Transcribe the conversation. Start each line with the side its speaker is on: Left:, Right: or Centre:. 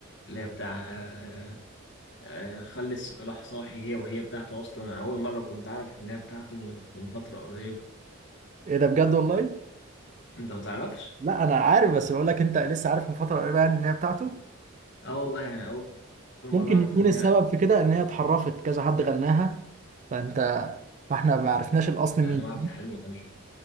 Left: اللي هي بتاع آه آه، خلي الصلاح صاحي هي وهي بتاعته اصلا انا اول مره كنت اعرف ان هي بتاعته من من فتره قريبه
Right: ايه ده بجد والله
Left: انت ما تعرفش
Right: لا انا عارف بس بقول لك انت لسه عارف من فتره قريبه يعني ان هي بتاعته
Left: اه والله يعني اول أول مره
Right: ممكن
Left: اعرف
Right: يكون
Left: ان
Right: السبب
Left: هي
Right: في كده ان هي اتحرفت كذا حد غناها فانت فاحنا ما عرفناش الاصل مين
Left: ان هو عبد الحليم يغنيها